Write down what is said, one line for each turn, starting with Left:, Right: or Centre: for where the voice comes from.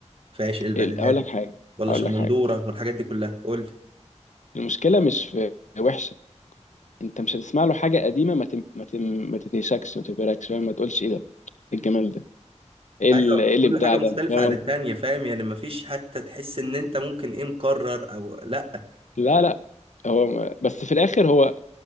Right: في عشق البنات
Left: ال- اقول لك حاجه
Right: ولا
Left: اقول
Right: شمندوره
Left: لك حاجه
Right: والحاجات دي كلها قول لي.
Left: المشكله مش في في وحشه انت مش هتسمع له حاجه قديمه ما تم ما تم ما تتهشكش ما تبهركش فاهم ما تقولش ايه ده ايه الجمال ده ايه
Right: ايوه
Left: ال- إيه
Right: كل
Left: الابداع
Right: حاجه مختلفه
Left: ده فاهم
Right: عن
Left: قصدي؟
Right: التانية فاهم يعني مفيش حتى تحس ان انت ممكن ايه مكرر او لا
Left: لا لا هو م- بس في الاخر هو